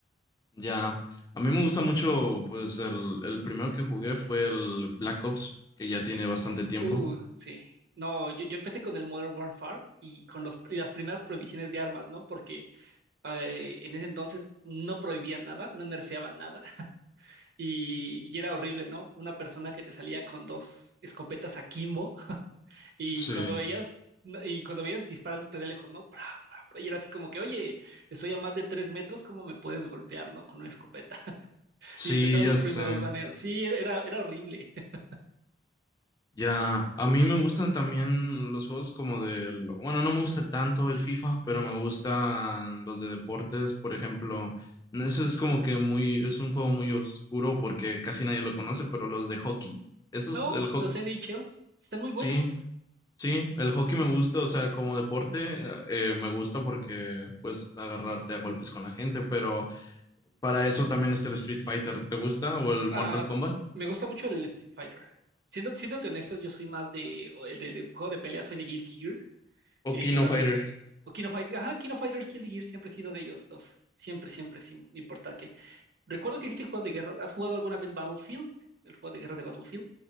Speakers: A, on the left; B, on the right.
A: Ya, a mí me gusta mucho, pues el, el primero que jugué fue el Black Ops, que ya tiene bastante tiempo.
B: Uh, sí. No, yo, yo empecé con el Modern Warfare y con los, y las primeras prohibiciones de armas, ¿no? Porque eh, en ese entonces no prohibían nada, no nerfeaban nada y, y era horrible, ¿no? Una persona que te salía con dos escopetas a Kimbo Y
A: Sí,
B: cuando veías, y cuando veías disparándote de lejos, ¿no? Pra, pra, pra, y era así como que, oye, estoy a más de tres metros, ¿cómo me puedes golpear, ¿no? Con una escopeta. <laughs>
A: sí,
B: Y empezaron
A: ya
B: los
A: sé.
B: primeros baneos. Sí, era, era era horrible. <laughs>
A: Ya, a mí me gustan también los juegos como del, bueno, no me gusta tanto el FIFA, pero me gustan los de deportes, por ejemplo. Eso es como que muy, es un juego muy oscuro porque casi nadie lo conoce, pero los de hockey, esos,
B: No,
A: el hockey,
B: los NHL están muy buenos.
A: sí. Sí, el hockey me gusta, o sea, como deporte eh, me gusta porque pues agarrarte a golpes con la gente, pero para eso también está el Street Fighter. ¿Te gusta? ¿O el
B: Ah,
A: Mortal Kombat?
B: me gusta mucho el Street Fighter. Siendo, siéndote honesto, yo soy más de, o el del juego de pelea, soy de Guilty Gear.
A: ¿O
B: He
A: Kino
B: jugado,
A: Fighter?
B: o King of Fighters, ajá, King of Fighters, Guilty Gear, siempre he sido de ellos dos. Siempre, siempre, sin importar qué. Recuerdo que dijiste juegos de guerra. ¿Has jugado alguna vez Battlefield? El juego de guerra de Battlefield.